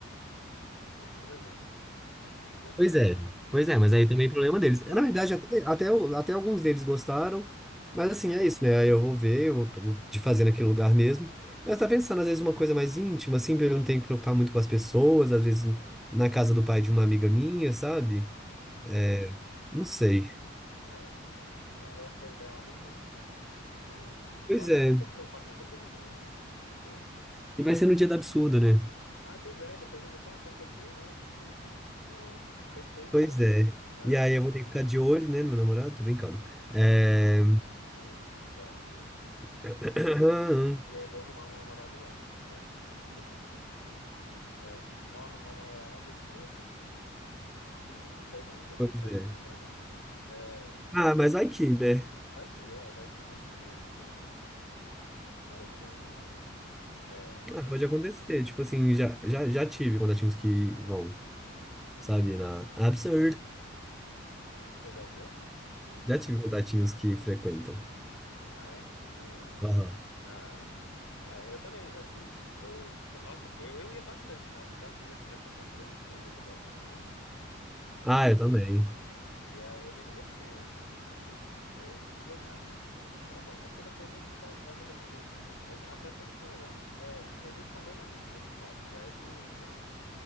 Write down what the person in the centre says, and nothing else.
Pois é. Pois é, mas aí também é problema deles. É,
Na verdade, até, até, o- até alguns deles gostaram, mas assim, é isso, né? Aí eu vou ver, eu tô de fazer naquele lugar mesmo. Mas tá pensando, às vezes, uma coisa mais íntima, assim, pra eu não ter que preocupar muito com as pessoas, às vezes na casa do pai de uma amiga minha, sabe?
É, não sei.
Pois
é.
E vai ser no dia do absurdo, né?
Pois
é.
E aí eu vou ter que ficar de olho, né, no meu namorado? Tô brincando. É...
<clears throat>
Pois
é.
Ah,
mas aí que, né?
Ah, pode acontecer. Tipo assim, já, já, já tive contatinhos que vão, sabe, na Absurd.
Já tive contatinhos que frequentam.
Aham.
Ah, eu também.